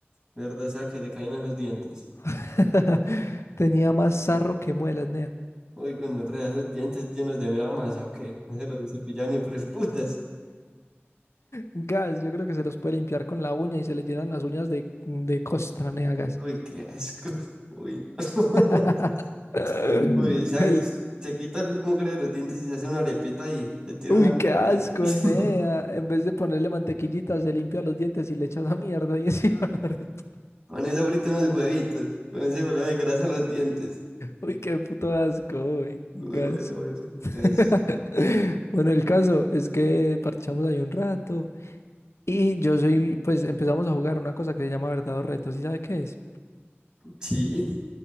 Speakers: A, on the right; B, on the left.
A: La Verdad, esa que le caen esos dientes.
B: <laughs> Tenía más sarro que muelas, nea.
A: Uy, bueno, re, esos dientes llenos de mera masa, ¿o qué? No se los cepillan ni por el putas.
B: Gas, yo creo que se los puede limpiar con la uña y se le llenan las uñas de, de costra, nea, gas.
A: Uy, qué asco. Uy, <laughs>
B: <laughs> <laughs>
A: uy, o sea,
B: El,
A: es- se quita el mugre de los dientes y se hace una arepita y se tira
B: uy,
A: una...
B: qué asco,
A: <laughs>
B: nea. En vez de ponerle mantequillita, se limpia los dientes y le echa esa mierda y encima. <laughs>
A: Con eso frito unos huevitos, con ese bolo de grasa en los dientes.
B: Uy, qué puto asco, uy, gas.
A: Uy, bueno, bueno,
B: <laughs>
A: casi.
B: Bueno, el caso es que parchamos ahí un rato y yo soy, pues empezamos a jugar una cosa que se llama verdad o reto. ¿Sí sabe qué es?
A: Sí,